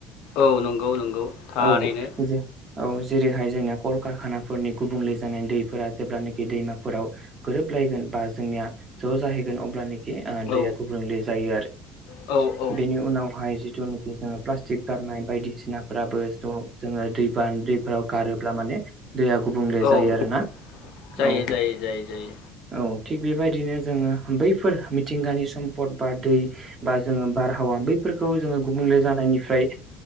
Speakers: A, on the left; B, on the right.
A: औ नंगौ नंगौ थारैनो
B: औ जे औ जेरैहाय जोंनिया कलकारखानाफोरनि गुबुंले ज दैफोरा जेब्लखि दैमाफोराव गोरोबलायगोन बा जोंनिया ज' जाहैगोन अब्ला
A: औ
B: दैया गुब्रुंले जायो आरो
A: औ औ
B: बेनि उनावहाय जिथु जोङो प्लास्टिक गारनाय बायदिसिनाफोराबो ज' जोङो दैबान दैफोराव गारोब्ला माने दैया गुबुंले
A: औ
B: जायो आरोना
A: जायो
B: औ
A: जायो जायो जायो।
B: औ थिग बेबायदिनो जोङो बैफोर मिथिंगानि सम्पद बा दै बा जोङो बारहावा बैफोरखौ जोङो गुबुंले जानायनिफ्राय